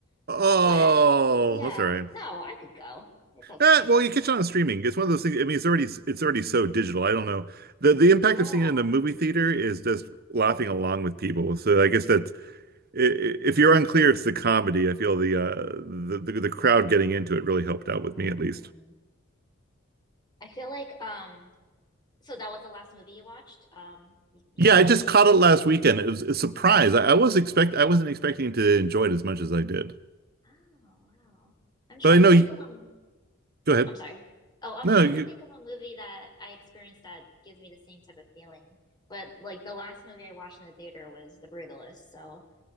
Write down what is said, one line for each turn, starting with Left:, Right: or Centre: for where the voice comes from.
Right: Oh,
Left: But yeah,
Right: that's all right.
Left: no, I could go. It's okay.
Right: Eh, well, you catch it on streaming. It's one of those things. I mean, it's already it's already so digital. I don't know. The the impact
Left: Yeah.
Right: of seeing it in a movie theater is just laughing along with people. So I guess that's i- i- if you're unclear, it's the comedy. I feel the uh the the, the crowd getting into it really helped out with
Left: Mm.
Right: me at least.
Left: I feel like um so that was the last movie you watched. Um, y- you
Right: Yeah,
Left: were
Right: I
Left: lucky
Right: just
Left: enough
Right: caught
Left: to
Right: it last
Left: watch this.
Right: weekend. It was a surprise. I, I was expect I wasn't expecting to enjoy it as much as I did.
Left: Oh, wow. I'm trying
Right: But I know
Left: to
Right: you
Left: think of a,
Right: go ahead.
Left: I'm sorry. Oh, I'm
Right: No,
Left: trying
Right: you
Left: to think of a movie that I experienced that gives me the same type of feeling. But like the last movie I watched in the theater was The Brutalist, so